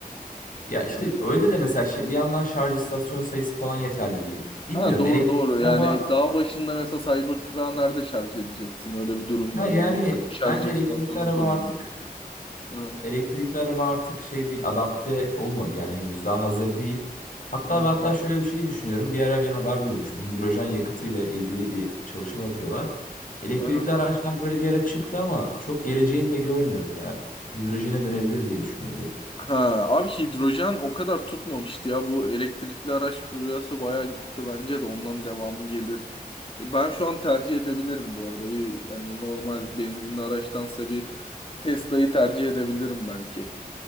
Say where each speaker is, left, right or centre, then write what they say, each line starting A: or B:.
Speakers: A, on the left (about 60°); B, on the left (about 35°).
A: Ya işte
B: Hani
A: öyle de mesela şey- bir yandan şarj istasyon sayısı falan yeterli değil. Bilmiyorum
B: ha doğru
A: elektrikli
B: doğru
A: araba
B: yani dağ başında mesela Cybertruck'ı nerede şarj edeceksin? Öyle bir durum
A: ha
B: var
A: yani
B: yani. Kendi şarj
A: bence
B: istasyonunu
A: elektrikli araba
B: kurman
A: artık
B: gerekiyor. Hı.
A: Elektrikli araba artık şey değil, adapte olmadı yani henüz daha hazır değil. Hatta
B: Hı
A: ve hatta
B: hı.
A: şöyle bir şey düşünüyorum. Bir ara bir haber duymuştum. Hidrojen yakıtıyla ilgili bir çalışma yapıyorlar. Elektrikli
B: Aha.
A: araçlar böyle bir ara çıktı ama çok geleceğini de görmüyorum ya. Hidrojene dönebilir diye düşünüyorum yakıt.
B: Ha, abi hidrojen o kadar tutmamıştı ya. Bu elektrikli araç furyası bayağı gitti bence de ondan devamı gelir. Ben şu an tercih edebilirim bu arada. Bir hani normal benzinli araçtansa bir Tesla'yı tercih edebilirim belki.